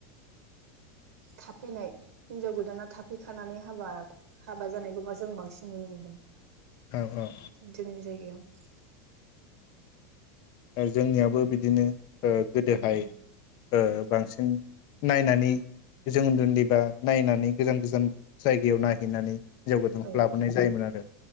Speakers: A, on the right; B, on the left.
A: थाफैनाय हिनजाव गोदाना थाफैखानानै हाबा हाबा जानायखौबा जों बांसिन नुनो मोनदों।
B: औ
A: जोंनि जायगायाव
B: जोंनियाबो बिदिनो ओ गोदोहाय
A: औ
B: ओ बांसिन नायनानै जों उन्दै उन्दैबा नायनानै गोजान गोजान जायगायाव नाहैनानै हिन्जाव गोदानखौ
A: औ
B: लाबोनाय जायोमोन आरो।